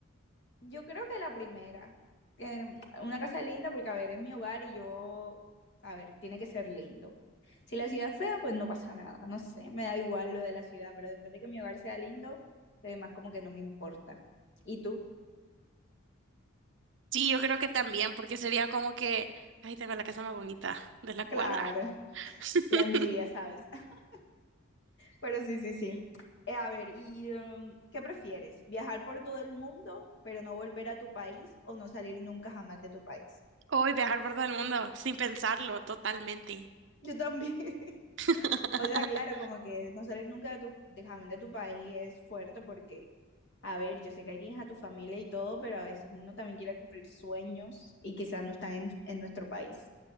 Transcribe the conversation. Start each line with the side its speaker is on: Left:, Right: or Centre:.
Left: yo creo que la primera. Eh, una casa linda, porque a ver, es mi hogar y yo, a ver, tiene que ser lindo. Si la ciudad es fea, pues no pasa nada, no sé, me da igual lo de la ciudad, pero después de que mi hogar sea lindo, lo demás como que no me importa. ¿Y tú?
Right: Sí, yo creo que también, porque sería como que, ay, tengo la casa más bonita de la cuadra.
Left: Claro,
Right: <laughs>
Left: la envidia, ¿sabes? <laughs> Pero sí, sí, sí. Eh, a ver, ¿y em, qué prefieres? ¿Viajar por todo el mundo, pero no volver a tu país o no salir nunca jamás de tu país?
Right: Hoy viajar por todo el mundo sin pensarlo totalmente.
Left: Yo también. <laughs>
Right: <laughs>
Left: O sea, claro, como que no salir nunca de tu, de jamás de tu país es fuerte porque, a ver, yo sé que ahí tienes a tu familia y todo, pero a veces uno también quiere cumplir sueños y quizás no está en, en nuestro país.